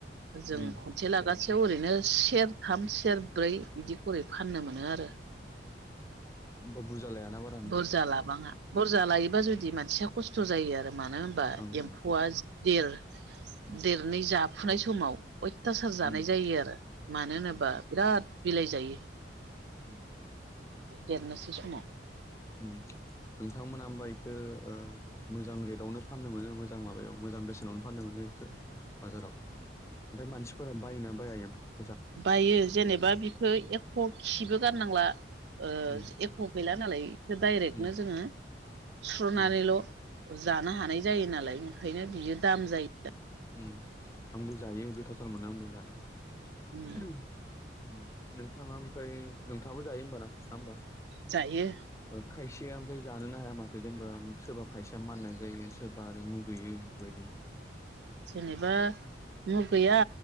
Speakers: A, on the right; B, on the left.
A: जों
B: उम
A: खनसे लागासेयाव ओरैनो सेरथाम सेरब्रै एदि खुरै फाननो मोनो आरो
B: होमबा बुरजा लायाना बा‌
A: बुरजा लाबाङा बुरजा लायोबा जुदि मानसिया खस्थ' जायो आरो मानो होनबा
B: ओं ओं
A: एम्फौआ देर देरनै जाफुनाय समाव अयथासार जानाय
B: उम
A: जायो आरो मानो होनोबा बिराद बिलाइ जायो
B: ओम
A: देरनोसै समाव
B: ओम‌। नोंथांमोना ओमबा एखौ मोजां रेदआवनो फाननो मोनो मोजां माबायाव मोजां बेसेनावनो फाननो मोनो इखो बाजाराव ओमफ्राय मानसिफोरा बायोना बाया एम्फौ?
A: बायो जेनेबा बिखौ एख' खिबो गारनांला ओ
B: उम
A: ख' गैला नालाय बेखौ डाइरेक्टनो
B: उम
A: जोङो सुस्र'नानैल'
B: उम
A: जानो हानाय जायो नालाय ओंखायनो बियो दाम जायो।
B: ओम आंबो जायो गोथावथार मोनो आंबो जानो
A: जायो
B: ओम नोंथाङा ओमफ्राय नोंथाङाबो जायो होमबा ना नङा होमबा?
A: जायो।
B: ओ खायसेया ओमफ्राय जानोनो हाया माथो जेनेबा सोरबा खायसेया माननाय जायो सोरबा आरो मुगैयो बेबायदि
A: जेनेबा मुगैया